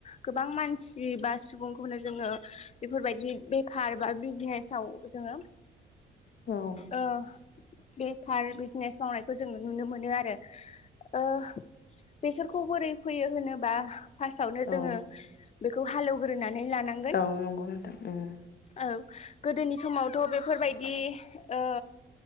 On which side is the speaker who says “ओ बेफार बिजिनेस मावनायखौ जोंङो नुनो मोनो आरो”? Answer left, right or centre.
Left